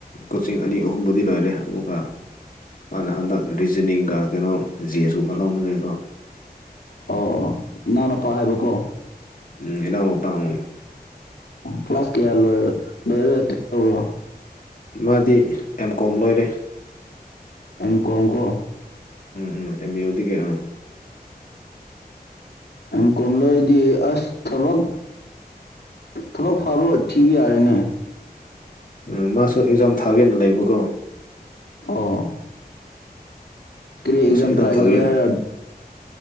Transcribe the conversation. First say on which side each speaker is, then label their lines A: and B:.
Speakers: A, on the left; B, on the left.
A: ꯀꯣꯆꯤꯡ ꯑꯅꯤ ꯑꯍꯨꯝꯕꯨꯗꯤ ꯂꯣꯏꯔꯦ ꯑꯃꯨꯛꯀ ꯃꯥꯅ ꯍꯟꯗꯛ ꯔꯤꯖꯅꯤꯡꯒ ꯀꯩꯅꯣ ꯖꯤ ꯑꯦꯁꯀꯨꯝꯕ ꯂꯧꯅꯤꯡꯉꯥꯏꯀꯣ
B: ꯑꯣ ꯏꯅꯥꯎꯅꯨꯄꯥ ꯍꯥꯏꯕꯀꯣ
A: ꯎꯝ ꯏꯅꯥꯎꯅꯨꯄꯥꯅꯤ
B: ꯀ꯭ꯂꯥꯁ ꯀꯌꯥ ꯂꯣꯏ ꯂꯣꯏꯔ ꯇꯧꯔ꯭ꯔꯣ
A: ꯃꯥꯗꯤ ꯑꯦꯝ ꯀꯣꯝ ꯂꯣꯏꯔꯦ
B: ꯑꯦꯝ ꯀꯣꯝꯀꯣ
A: ꯎꯝ ꯎꯝ ꯑꯦꯃꯌꯨꯗꯤ ꯑꯥ
B: ꯑꯦꯝ ꯀꯣꯝ ꯂꯣꯏꯗꯤ ꯑꯁ ꯊꯕꯛ ꯊꯕꯛ ꯐꯕ ꯊꯤꯕ ꯌꯥꯔꯦꯅꯦ
A: ꯎꯝ ꯃꯥꯁꯨ ꯑꯦꯛꯖꯥꯝ ꯊꯥꯒꯦꯅ ꯂꯩꯕꯀꯣ
B: ꯑꯣ ꯀꯔꯤ ꯑꯦꯛꯖꯥꯝ
A: ꯃꯥꯁꯨ
B: ꯇ꯭ꯔꯥꯏ
A: ꯊꯥꯒꯦꯅ
B: ꯇꯧꯒꯦ ꯍꯥꯏꯔ